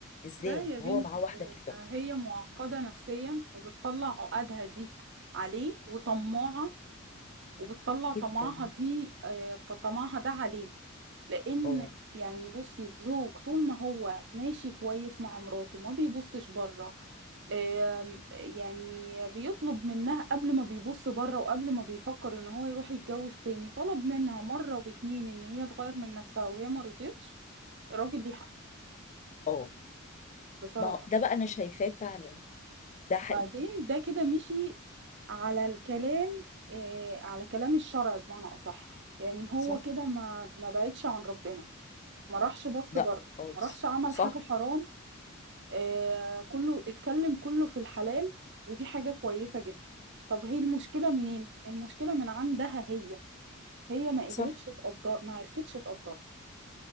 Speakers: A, on the left (about 35°); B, on the right (about 60°).
A: ازاي
B: لا يا بنتي
A: وهو معاه واحده
B: ده
A: كده
B: هي معقدة نفسيا وبتطلع عقدها دي عليه وطماعة وبتطلع طمعها
A: جدا
B: دي آه، طمعها ده عليه لان
A: اه
B: يعني بصي الزوج طول ما هو ماشي كويس مع مراته ما بيبصش بره آم، يعني بيطلب منها قبل ما بيبص بره وقبل ما بيفكر ان هو يروح يتجوز تاني طلب منها مرة واتنين ان هي تغير من نفسها وهي ما رضيتش الراجل ليه حق
A: اه
B: بصراحة
A: ما هو ده بقى انا شايفاه فعلا ده حقيقي
B: بعدين ده كده مشي على الكلام آه، على كلام الشرع بمعنى اصح يعني هو
A: صح
B: كده ما ما بعدش عن ربنا ما راحش بص
A: لا
B: بره
A: خالص
B: ما راحش عمل
A: صح
B: حاجة حرام آه كله اتكلم كله في الحلال ودي حاجة كويسة جدا طب هي المشكلة منين؟ المشكلة من عندها هي هي ما قدرتش
A: صح
B: تقدر ما عرفتش تقدر